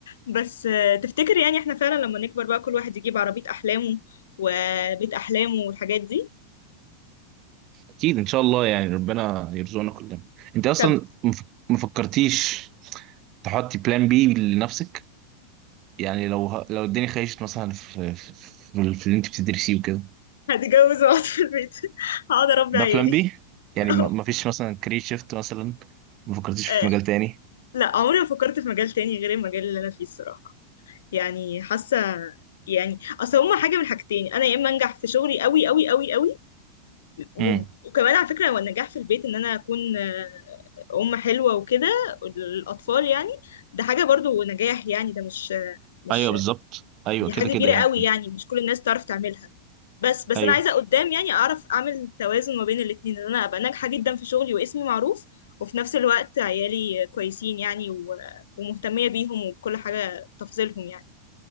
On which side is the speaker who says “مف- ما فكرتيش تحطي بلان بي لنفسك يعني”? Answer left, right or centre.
Right